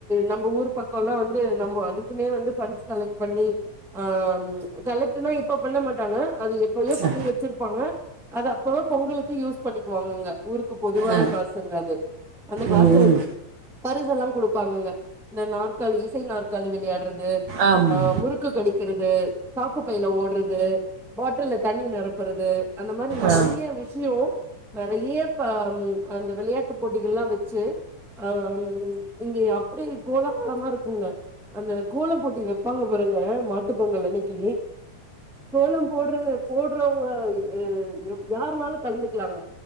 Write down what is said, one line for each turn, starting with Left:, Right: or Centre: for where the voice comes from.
Centre: நம்ப ஊர் பக்கொல்லா வந்து நம்பொ அதுக்குனே வந்து ஃபண்ட்ஸ் கலெக்ட் பண்ணி ஆ ம் கலெக்ட்டுனா இப்ப பண்ண மாட்டாங்க அது எப்பயோ பண்ணி
Right: ஆ
Centre: வச்சிருப்பாங்க அது அப்பதா பொங்கலுக்கு யூஸ் பண்ணிக்குவாங்கங்க ஊருக்கு பொதுவான
Right: ஆ
Centre: காசுங்க அது அந்த காச
Right: ம்
Centre: வச்சி பரிசெல்லா குடுப்பாங்கங்க இந்த நாற்காலி இசை நாற்காலி விளையாட் றது
Right: ஆமாம்
Centre: முறுக்கு கடிக் கிறது சாக்கு பைல ஓட்றது பாட்டில்ல தண்ணி நெரப்புறது அந்த மாரி நெறைய
Right: ஆ
Centre: விஷயொ நெறைய இப்ப ம் அந்த விளையாட்டு போட்டிகள்லா வச்சி ஆ ம் இங்கே அப்டி கோலாகலமா இருக்குங்க அந்த கோலப்போட்டி வெப்பாங்க பாருங்க மாட்டு பொங்கல் அன்னக்கி கோலம் போட்ற போட்றவங்க ம் யாருனாலு கலந்துக்கலாங்க